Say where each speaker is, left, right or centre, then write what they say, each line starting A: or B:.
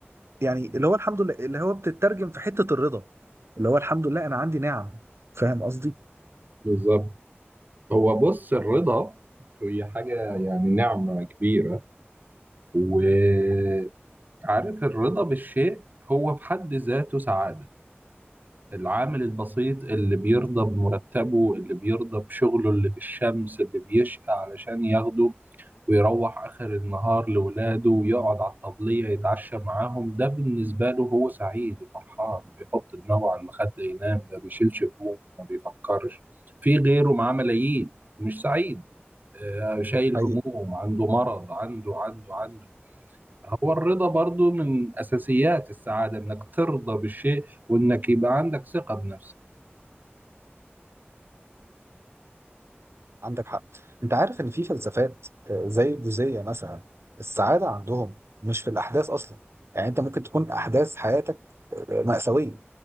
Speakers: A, on the right (about 80°); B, on the right (about 45°).
A: يعني اللي هو الحمد لله اللي هو بتترجم في حتة الرضا اللي هو الحمد لله أنا عندي نعم فاهم قصدي؟
B: بالظبط هو بص الرضا هي حاجة يعني نعمة كبيرة وعارف الرضا بالشيء هو في حد ذاته سعادة العامل البسيط اللي بيرضى بمرتبه اللي بيرضى بشغله اللي في الشمس اللي بيشقى علشان ياخده ويروح آخر النهار لولاده ويقعد على الطبلية يتعشى معاهم ده بالنسبة له هو سعيد وفرحان بيحط دماغه على المخدة ينام ما بيشيلش همومه ما بيفكرش في غيره معاه ملايين مش سعيد آه، شايل
A: حقيقي
B: هموم عنده مرض عنده عنده عنده هو الرضا برضو من أساسيات السعادة إنك ترضى بالشيء وإنك يبقى عندك ثقة بنفسك
A: عندك حق انت عارف ان في فلسفات آه، زي الجوزية مثلا السعادة عندهم مش في الاحداث اصلا يعني انت ممكن تكون احداث حياتك آه، مأساوية